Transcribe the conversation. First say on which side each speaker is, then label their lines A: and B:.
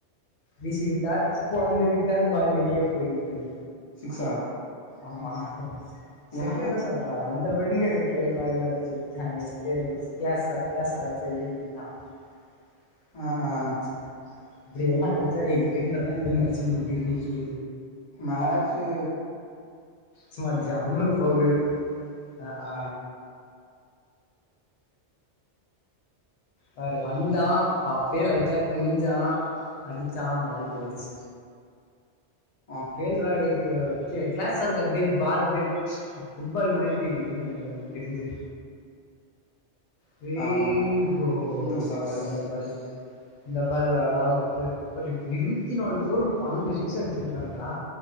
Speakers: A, on the left; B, on the left.
A: வீசி விட்டார் பொழந்து விட் டர்பால் வெளியே போய்விட்டது
B: சிக்ஸா
A: ஆமா செரியதா
B: யா
A: சொல்றா வந்து <unintelligible> கேள்றாள என்ன அடிச்சாட்டாங்க கேர்ள்ஸ் <unintelligible>
B: ஆஹா
A: இப்படி எல்லா அடுத் எங்கிருந்துடா இந்த மேட்ச் முடியு இன்னிக்கி
B: மேட்சு
A: சும்மா ஜம்முனு போகுது ஆஹ ஆ வேற வந்தான் அப்பயே லைட்டா குனிஞ்சா அடிச்சா பால் போயிருச்சு
B: உ
A: கேள்றா எங்க ட்டே க்ளாஸ் எனக்கு அப்டியே பால் அப்டியே புஃட் பால் மாரி தெரியுதுனு நெனைக்கேன் எனக்கு தெருஞ்சு <unintelligible>
B: ஆமாண்டா சூப்பர்
A: பரவாயில்ல
B: சிக்ஸ்
A: இந்தா பால் இந்த பால் ஓரளவுக்கு ஒரு இருபத்தி நாலு போர் பன்னெண்டு சிக்ஸ் அடிச்சிருப்பாங்களா